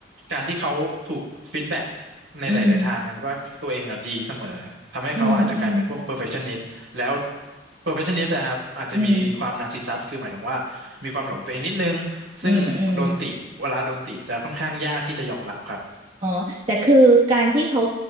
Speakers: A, on the right; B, on the right.
A: การที่เขาถูกฟีดแบ็กในหลายๆทางมันว่าตัวเองอะดีเสมอทำให้เขาอาจจะกลายเป็นพวก
B: อืมอืมอืม
A: perfectionist แล้ว perfectionist อะครับอาจจะมีความ
B: อืม
A: narcissist คือหมายถึงว่ามีความหลงตัวเองนิดนึงซึ่งโดนติเวลาโดนติจะค่อนข้างยากที่จะยอมรับครับ
B: อืมอืมอ๋อแต่คือการที่เขา